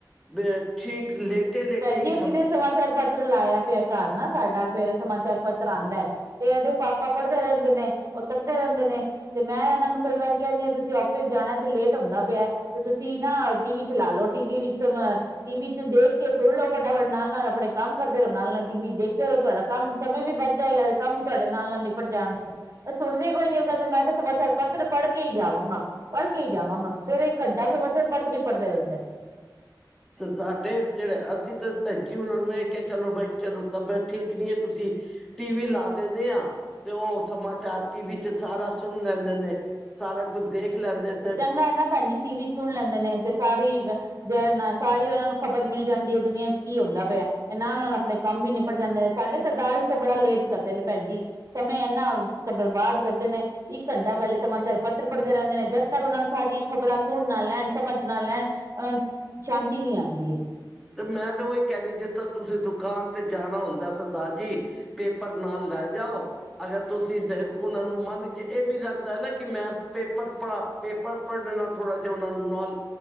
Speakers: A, in the centre; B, on the right.
A: ਬੈਠੇ ਠੀਕ। ਲੇਟੇ- ਲੇਟੇ
B: ਭੈਣ
A: ਹੀ
B: ਜੀ ਅਸੀਂ
A: ਸਮਾਂ
B: ਤੇ ਸਮਾਚਾਰ ਪੱਤ ਤਰ ਲਾਇਆ ਪਿਆ ਘਰ ਨਾ, ਸਾਡਾ ਸਵੇਰੇ ਸਮਾਚਾਰ ਪੱਤਰ ਆਂਦਾ ਤੇ, ਇਹਦੇ ਪਾਪਾ ਪੜ੍ਹਦੇ ਰਹਿੰਦੇ ਨੇ। ਉਹ ਤੱਕਦੇ ਰਹਿੰਦੇ ਨੇ, ਤੇ ਮੈਂ ਇਹਨਾਂ ਨੂੰ ਕਈ ਵਾਰ ਕਹਿਦੀ ਤੁਸੀਂ ਔਫਿਸ ਜਾਣਾ ਤੇ, ਲੇਟ ਹੁੰਦਾ ਪਿਆ। ਤੇ ਤੁਸੀਂ ਨਾ ਟੀਵੀ ਚਲਾ ਲਓ। ਟੀਵੀ ਵਿੱਚ ਨਾ ਟੀਵੀ ਚ ਦੇਖ ਕੇ ਸੁਣ ਲੋ, ਫਟਾਫਟ ਨਾਲ -ਨਾਲ ਆਪਣੇ ਕੰਮ ਕਰਦੇ ਰਹੋ, ਨਾਲ -ਨਾਲ ਟੀਵੀ ਦੇਖਦੇ ਰਹੋ। ਤੁਹਾਡਾ ਕੰਮ ਸਮੇਂ ਵੀ ਬੱਚ ਜਾਏਗਾ। ਕੰਮ ਤੁਹਾਡੇ ਨਾਲ- ਨਾਲ ਨਿਪਟ ਜਾਣਗੇ, ਪਰ ਸੁਣਦੇ ਕੋਈ ਨੀ। ਉਹ ਕਹਿੰਦੇ ਮੈਂ ਤਾਂ ਸਮਾਚਾਰ ਪੱਤਰ ਪੜ੍ਹ ਕੇ ਹੀ ਜਾਵਾਂਗਾ। ਪੜ੍ਹ ਕੇ ਹੀ ਜਾਵਾਂਗਾ। ਸਵੇਰੇ ਇੱਕ ਘੰਟਾ ਸਮਾਚਾਰ ਪੱਤਰ ਹੀ ਪੜ੍ਹਦੇ ਰਹਿੰਦੇ ਨੇ।
A: ਤੇ ਸਾਡੇ ਜਿਹੜੇ ਅਸੀਂ ਤਾਂ ਭੈਣਜੀ ਉਹਨਾਂ ਨੂੰ ਇਹ ਕਿਹਾ ਚਲੋ - ਚਲੋ ਤਬੀਅਤ ਠੀਕ ਨੀ ਹੈ ਤੁਸੀਂ ਟੀ ਵੀ ਲਾ ਦਿੰਦੇ ਆ। ਤੇ ਉਹ ਸਮਾਚਾਰ ਟੀ ਵੀ ਚ ਸਾਰਾ ਸੁਣ ਲੈਂਦੇ ਨੇ। ਸਾਰਾ ਕੁੱਛ ਦੇਖ ਲੈਂਦੇ ਤੇ
B: ਚੰਗਾ ਨਾ ਭੈਣਜੀ ਟੀ ਵੀ ਸੁਣ ਲੈਂਦੇ ਨੇ ਤੇ ਸਾਰੀ ਜ ਨਾ ਸਾਰੀ ਉਹਨਾਂ ਨੂੰ ਖ਼ਬਰ ਮਿਲ ਜਾਂਦੀ ਏ, ਦੁਨੀਆਂ 'ਚ ਕੀ ਹੁੰਦਾ ਪਿਆ। ਤੇ ਨਾਲ-ਨਾਲ ਆਪਣੇ ਕੰਮ ਵੀ ਨਿਪਟ ਜਾਂਦੇ ਨੇ। ਸਾਡੇ ਸਰਦਾਰ ਜੀ ਤਾਂ ਬੜਾ ਲੇਟ ਕਰਦੇ ਨੇ, ਭੈਣ ਜੀ। ਸਮੇਂ ਐਂਨਾ ਬਰਬਾਦ ਕਰਦੇ ਨੇ, ਇੱਕ ਘੰਟਾ ਪਹਿਲੇ ਸਮਾਚਾਰ ਪੱਤਰ ਪੜ੍ਹਦੇ ਰਹਿੰਦੇ ਨੇ। ਜਦ ਤੱਕ ਉਹਨਾਂ ਨੂੰ ਸਾਰੀਆਂ ਖ਼ਬਰਾਂ ਸੁਣ ਨਾ, ਲੈਣ ਸਮਝ ਨਾ ਲੈਣ, ਉਹਨਾਂ ਨੂੰ ਸ਼ਾਂਤੀ ਨੀ ਆਉਂਦੀ ਏ।
A: ਤੇ ਮੈਂ ਤੇ ਉਹੀ ਕਹਿੰਨੀ, ਜਿਸ ਤਰ੍ਹਾਂ ਤੁਸੀਂ ਦੁਕਾਨ ਤੇ ਜਾਣਾ ਹੁੰਦਾ, ਸਰਦਾਰ ਜੀ ਪੇਪਰ ਨਾਲ ਲੈ ਜਾਓ ਅਗਰ ਤੁਸੀਂ ਉਹਨਾਂ ਨੂੰ ਮਨ 'ਚ ਇਹ ਵੀ ਰਹਿੰਦਾ ਨਾ, ਕਿ ਮੈਂ ਪੇਪਰ ਪੜ੍ਹਾ ਪੇਪਰ ਪੜ੍ਹਨ ਨਾਲ ਥੋੜ੍ਹਾ ਜਿਹਾ ਉਹਨਾਂ ਨੂੰ ਨੌਲ,